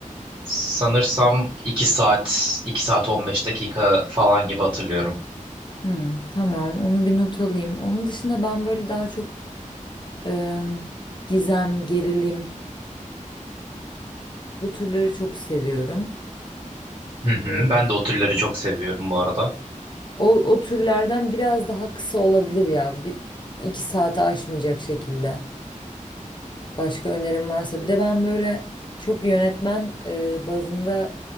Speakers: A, on the right; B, on the left.
A: sanırsam 2 saat, 2 saat 15 dakika falan gibi hatırlıyorum.
B: Hmm, tamam, onu bir not alayım. Onun dışında ben böyle daha çok em, gizem, gerilim Bu türleri çok seviyorum.
A: Hı hı,
B: Ee,
A: ben de o türleri çok seviyorum bu arada.
B: O, o türlerden biraz daha kısa olabilir ya. Bir, iki saate aşmayacak şekilde. Başka önerim varsa. Bir de ben böyle çok yönetmen e, bazında